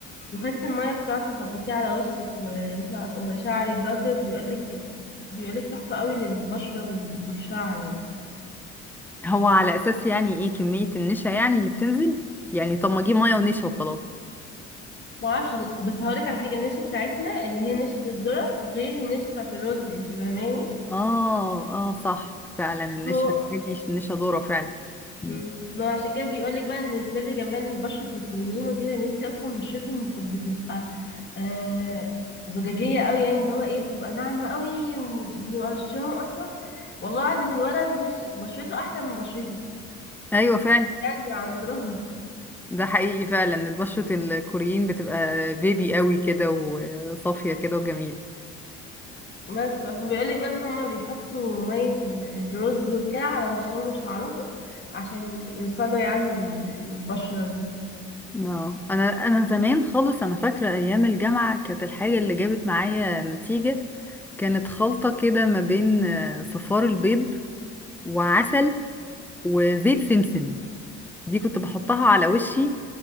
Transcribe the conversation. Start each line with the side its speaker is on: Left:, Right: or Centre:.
Left: وخدتي الميه بتاعته وحطيتيه على وشك وشع... وشعرك بقى كده بيقولك بيقولك تحفه قوي للبشره وال... والشعر يعني
Centre: هو على اساس يعني ايه كمية النشا يعني اللي بتنزل يعني طب ما اجيب مية ونشا وخلاص
Left: ما اعرفش بس هقولك على حاجه النشا بتاعتنا اللي هي نشا الذره غير النشا بتاعت الرز انت فاهماني
Centre: اه اه صح فعلا النشا
Left: هو
Centre: دي النشا ضارة فعلا مم.
Left: مم. ما عشان كده بيقولك بقى ان سر جمال بشره الكوريين وكده يا بنتي اصلا بشرتهم بتبقى آه زجاجيه قوي يعني اللي هو ايه بتبقى ناعمه قوي وبيبقى وشهم اصلا والله العظيم الولد وش بشرته احلى من بشرتي
Centre: ايوه فعلا
Left: بجد عندهم
Centre: ده حقيقي فعلا البشرة الكوريين بتبقى بيبي قوي كده وصافية كده وجميلة
Left: بس بقى فبيقولك بقى ان هما بيحطوا مية ال- الرز وكده على وشهم وشعرهم عشان يوصلوا يعني لل- للبشرة دي
Centre: اه انا انا زمان خالص انا فاكره ايام الجامعه كانت الحاجه اللي جابت معايا نتيجه كانت خلطه كده ما بين آه، صفار البيض وعسل وزيت سمسم دي كنت بحطها على وشي